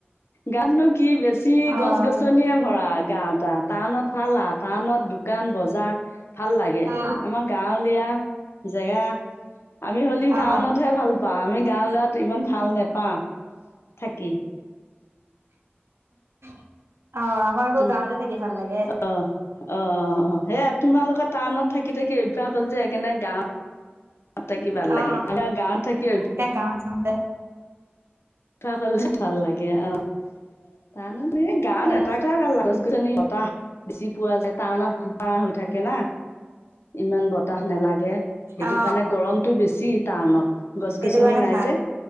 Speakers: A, on the left; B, on the right.
A: গাত মোক কি বেছি
B: অ
A: গছ গছনিয়ে ভৰা গাঁৱত টাউনত ভাল হাত টাউনত দোকান বজাৰ ভাল লাগে
B: অ
A: আমাৰ গাঁৱলীয়া জেগা আমি হলি
B: অ
A: টাউনতহে ভাল পাও আমি গাঁৱলীয়াত ইমান ভাল নেপাওঁ থাকি
B: অ আমাৰ আকৌ
A: তুম
B: গাঁৱতে থাকি ভাল লাগে
A: অ অ অ অ সেইয়া তোমালোকৰ টাউনত থাকি থাকি অভ্যাস হ'ল যে সেইকাৰণে গাঁৱত থাকি ভাল
B: অ
A: লাগে আমাৰ গাঁৱত থাকি
B: এতিয়া গাওঁ চওঁতে
A: এখল ভাল লাগে অ টাউনফালে গাঁৱত
B: অ
A: এটা কা ভাল লাগে গছ-গছ ছনি বতাহ বেছি পোৱা যায় টাউনত ঘোপ হৈ থাকে না ইমান বতাহ নালাগে সেইটো
B: অ
A: কাৰণে গৰমটো বেছি টাউনত গছ
B: সেইটো
A: গছনি
B: কাৰণে
A: নাই
B: ভাল
A: যে